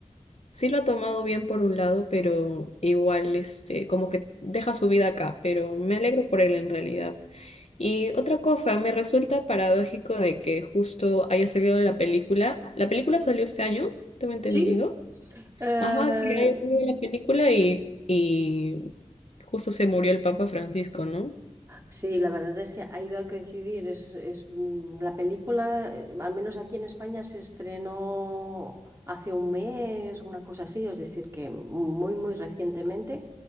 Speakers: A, on the left; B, on the right.
A: Sí lo ha tomado bien por un lado, pero igual, este, como que deja su vida acá, pero me alegro por él en realidad. Y otra cosa, me resulta paradójico de que justo haya salido la película. La película salió este año, tengo entendido.
B: Sí, eh,
A: Ajá, que haya salido la película y, y justo se murió el Papa Francisco, ¿no?
B: sí, la verdad es que ha ido a coincidir. Es, es, mm, la película, eh, al menos aquí en España, se estrenó hace un mes, una cosa así, es decir, que muy, muy recientemente,